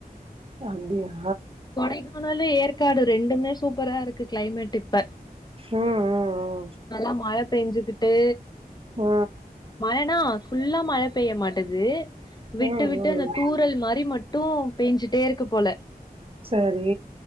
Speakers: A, on the right (about 35°); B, on the left (about 25°).
A: அப்டியா
B: கொடைக்கானாலு ஏற்காடு ரெண்டுமே சூப்பரா இருக்கு கிளைமேட் இப்ப
A: ம் ம்
B: நல்லா மழ பெஞ்சுக்கிட்டு
A: அ
B: மழனா ஃபுல்லா மழ பெய்ய மாட்டது விட்டு
A: ம்
B: விட்டு
A: ம்
B: அந்த
A: ம்
B: தூறல் மாரி மட்டு பேஞ்சுட்டே இருக்கு போல
A: சரி